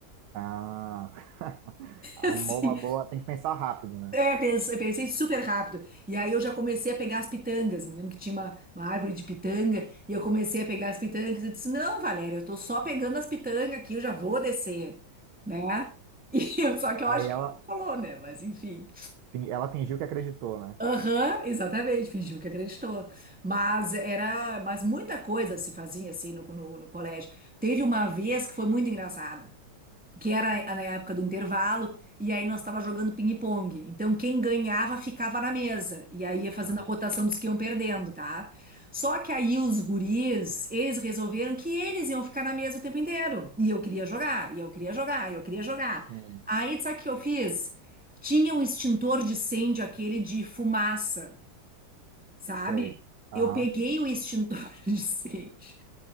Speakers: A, on the right; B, in the centre.
A: Ah, <laughs> arrumou
B: <laughs> assim.
A: uma boa. Tem que pensar rápido, né?
B: É, pens- eu pensei super rápido. E aí eu já comecei a pegar as pitangas. Eu me lembro que tinha uma, uma árvore de pitanga e eu comecei a pegar as pitangas. Eu disse: Não, Valéria, eu tô só pegando as pitangas aqui, eu já vou descer, né? <laughs> E eu- só que eu
A: Aí
B: acho
A: ela,
B: que ela não falou, né? Mas enfim.
A: fin- ela fingiu que acreditou, né?
B: Aham, exatamente, fingiu que acreditou. Mas era, mas muita coisa se fazia assim no, no, no colégio. Teve uma vez que foi muito engraçado que era a a época do intervalo, e aí nós estava jogando ping-pong. Então, quem ganhava ficava na mesa, e aí ia fazendo
A: Aham.
B: a rotação dos que iam perdendo, tá? Só que aí os guris, eles resolveram que eles iam ficar na mesa o tempo inteiro. E eu queria jogar, e eu queria jogar, e eu queria jogar.
A: Sim,
B: Aí, sabe o que eu fiz? Tinha um extintor de incêndio, aquele de fumaça, sabe?
A: sei. Aham,
B: Eu peguei o extintor <laughs> de incêndio